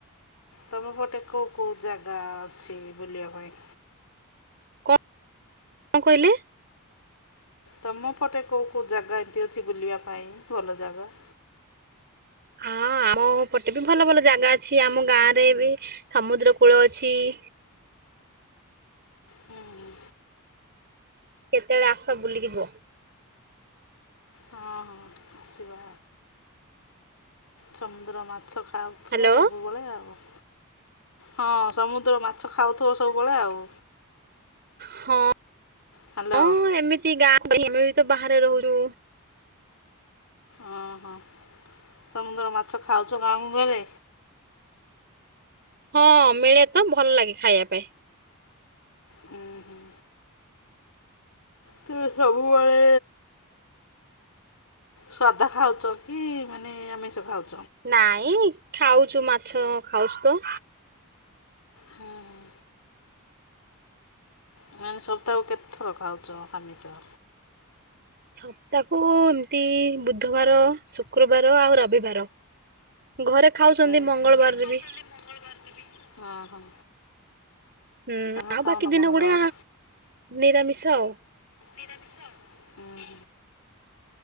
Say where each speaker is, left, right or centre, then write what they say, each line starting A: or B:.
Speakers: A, on the left; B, on the right.
A: ତମେ ପଟେ କେଉ କେଉଁ ଜାଗା ଅଛି ବୁଲିବା ପାଇଁ?
B: କ କଣ କହିଲେ?
A: ତମ ପଟେ କୋଉ କୋଉ ଜାଗା ଏମତି ଅଛି ବୁଲିବା ପାଇଁ ଭଲ ଜାଗା
B: <inaudible> ହଁ ଆମ ପଟେ ବି ଭଲ ଭଲ ଜାଗା ଅଛି ଆମ ଗାଁରେ ବି ସମୁଦ୍ର କୂଳ ଅଛି। <inaudible>
A: ହୁଁ
B: କେତେବେଳେ ଆସ ବୁଲିଯିବ?
A: ହଁ ହଁ ଆସିବା, ଚନ୍ଦ୍ର ମା ସକାଳୁଥିବ
B: ହ୍ୟାଲୋ
A: ସବୁବେଳେ ଆଉ ହଁ ସମୁଦ୍ର ମାଛ ଖାଉଥିବ ସବୁବେଳେ ଆଉ
B: ହଁ
A: ହ୍ୟାଲୋ।
B: ହଁ ଏମିତି ଗାଁ, ଆମେ ବି ତ ବାହାରେ ରହୁଛୁ
A: ଓ ହୋ ସମୁଦ୍ର ମାଛ ଖାଉଛ ଗାଁ କୁ ଗଲେ?
B: ହଁ ମିଳେ ତ ଭଲ ଲାଗେ ଖାଇବା ପାଇଁ।
A: ହୁଁ ହୁଁ। ତୁ ସବୁବେଳେ ସାଦା ଖାଉଛ କି ମାନେ ଆମିଷ ଖାଉଛ?
B: ନାଇଁ ଖାଉଛୁ, ମାଛ ଖାଉଛୁ ତ
A: ହୁଁ ହୁଁ ମାନେ ସପ୍ତାହକୁ କେତେଥର ଖାଉଛ ଆମିଷ?
B: ସପ୍ତାହକୁ ଏମିତି ବୁଧବାର, ଶୁକ୍ରବାର ଆଉ ରବିବାର ଘରେ ଖାଉଛନ୍ତି
A: ହୁଁ,
B: ମଙ୍ଗଳବାରରେ
A: ଘରେ ଖାଉଛନ୍ତି,
B: ବି
A: ମଙ୍ଗଳବାର ହଁ ହଁ
B: ହୁଁ
A: ତମେ
B: ଆଉ
A: ଖାଉନ
B: ବାକି ଦିନ
A: ମଙ୍ଗଳବାର
B: ଗୁଡା ନିରାମିଷ ଆଉ
A: ନିରମିଷ ଆଉ